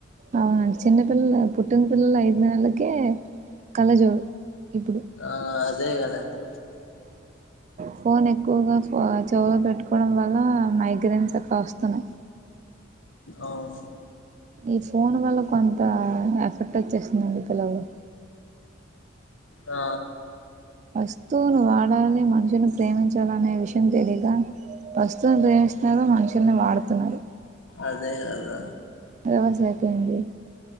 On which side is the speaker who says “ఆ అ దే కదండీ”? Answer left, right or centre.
Left